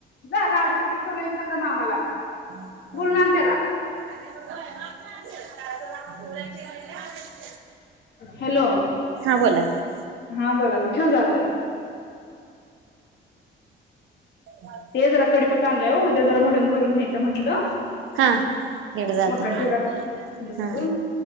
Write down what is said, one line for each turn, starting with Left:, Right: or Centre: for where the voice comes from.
Left: जा लाडू कुठे ठेवला इचार मामाला
Right: ह
Left: बोलून आण त्याला हॅलो
Right: बोला की
Left: हा बोला किथे जातई
Right: ह
Left: ते जरा कडीपत आणलंय उद्या जरा भडून करून घ्यायच म्हंटलं
Right: हा तिकडे जाताना
Left: मका उडा करून
Right: हा